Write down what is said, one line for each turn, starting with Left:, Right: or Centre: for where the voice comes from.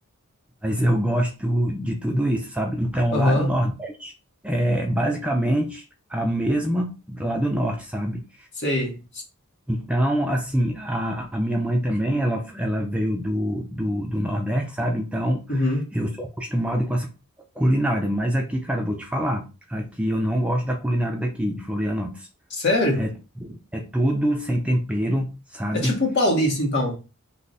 Centre: Mas eu gosto de tudo isso, sabe? Então,
Left: Aham,
Centre: lá do Nordeste é basicamente a mesma lá do Norte, sabe?
Left: sei.
Centre: Então, assim, a, a minha mãe também, ela, ela veio do, do, do Nordeste, sabe? Então,
Left: Uhum.
Centre: eu sou acostumado com essa culinária. Mas aqui, cara, eu vou te falar, aqui eu não gosto da culinária daqui, de Florianópolis.
Left: Sério?
Centre: É, é tudo sem tempero, sabe?
Left: É tipo o paulista, então.